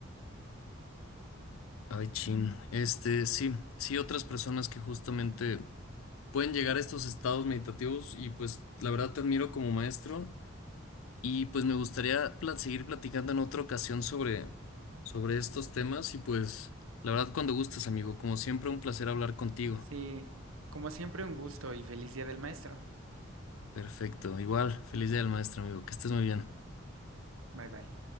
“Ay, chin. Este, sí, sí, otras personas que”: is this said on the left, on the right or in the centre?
Left